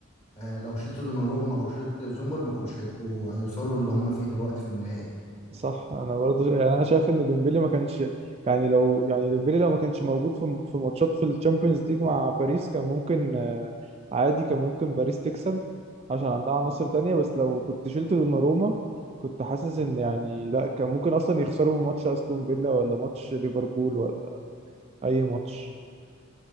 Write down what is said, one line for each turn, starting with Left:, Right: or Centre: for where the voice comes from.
Left: آه، لو شلت دوناروما أو شلت زومر ما كانوش هيبقوا هيوصلوا اللي هما فيه دلوقتي في النهائي
Right: صح أنا برضه شا- يعني أنا شايف إن ديمبلي ما كانش يعني لو يعني ديمبلي لو ما كانش موجود في في ماتشات في الشامبيونز ليج مع باريس كان ممكن آه، عادي كان ممكن باريس تكسب عشان عندها عناصر تانية بس لو كنت شلت دوناروما كنت حاسس إن يعني لا كان ممكن أصلا يخسروا من ماتش أستون فيلا ولا ماتش ليفربول ولا أي ماتش